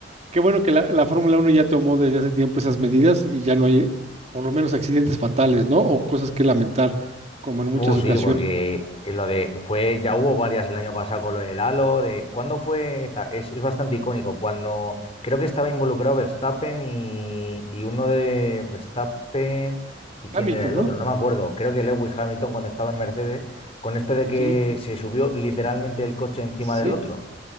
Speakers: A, on the right (about 40°); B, on the left (about 35°).
A: qué bueno que la, la Fórmula uno ya tomó desde hace tiempo esas medidas y ya no hay, por lo menos, accidentes fatales, ¿no? O cosas que lamentar, como en muchas
B: Uh, sí,
A: ocasiones.
B: porque lo de fue, ya hubo varias el año pasado con lo del Halo, de cuándo fue, Ta- es, es bastante icónico, cuando creo que estaba involucrado Verstappen y, y uno de Verstappen y
A: Hamilton,
B: quién era el
A: ¿no?
B: otro, no me acuerdo, creo que Lewis Hamilton cuando estaba en Mercedes, con esto de que
A: Sí,
B: se subió literalmente el coche encima
A: sí.
B: del otro.